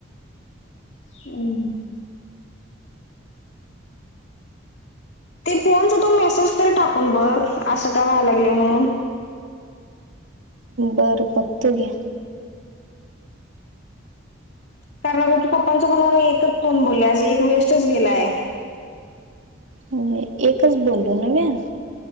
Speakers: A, on the left; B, on the right.
A: हम्. ते फोनच तू मेसेज तर टाकून बघ असं का व्हाय लागलय म्हणून.
B: बरं बघतो की.
A: कारण आता तू पप्पांच्या फोन वरण एकच फोन बोललीयास एक वेस्टच गेलाय.
B: होय एकच बोललो नव्हे?